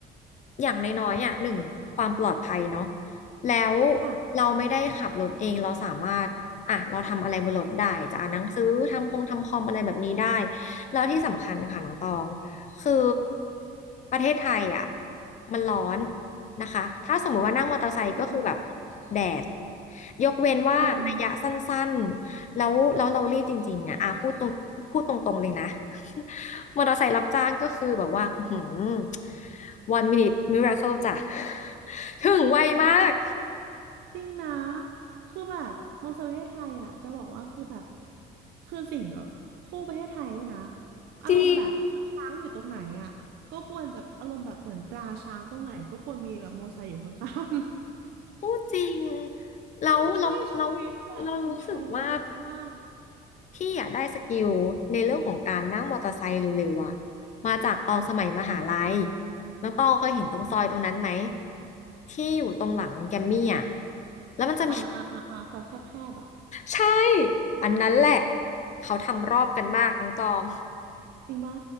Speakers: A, on the left (about 45°); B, on the right (about 80°).
A: อย่างน้อยๆอ่ะหนึ่งความปลอดภัยเนาะแล้ว
B: ค่ะ
A: เราไม่ได้ขับรถเองเราสามารถอ่ะเราทำอะไรบนรถได้จะอ่านหนังสือทำคงทำคอมอะไรแบบนี้ได้แล้วที่สำคัญค่ะน้องตองคือประเทศไทยอ่ะมันร้อนนะคะถ้าสมมติว่านั่งมอเตอร์ไซค์ก็คือแบบ
B: ใช่
A: แดดยกเว้นว่าระยะสั้น
B: ยม
A: แล้วแล้วเรารีบจริงๆอ่ะอ่ะพูดตรงพูดตรงๆเลยนะ <laughs> มอเตอร์ไซค์รับจ้างก็คือแบบว่าอืม one minute miracle จ้ะ <laughs> ถึงไวมาก
B: จริงนะคือแบบมองสาวประเทศไทยอ่ะจะบอกว่าคือแบบคือสิ่งกับคู่ประเทศไทยด้วยนะอารมณ์แบบคือช้างอยู่ตรงไหนอ่ะก็ควรจะอารมณ์แบบเหมือนตราช้างตรงไหนก็ควรมีแบบมอไซค์อยู่ข้าง
A: จริงพูดจริง
B: ๆ <laughs>
A: แล้วเราเรา
B: มันช่วยชีวิตแบบคนไทยไปเยอะมาก
A: เรารู้สึกว่าพี่อยากได้สกิลในเรื่องของการนั่งมอเตอร์ไซค์เร็วๆอ่ะมาจากตอนสมัยมหาลัยน้องตองเคยเห็นตรงซอยตรงนั้นไหมที่อยู่ตรงหลังแกมมี่อ่ะแล้วมันจะมี
B: อ่าอ่าอ่าอ่าซอยแคบๆอ่ะ
A: ใช่ อันนั้นแหละเขาทำรอบกันมากน้องตอง
B: จริงป่ะ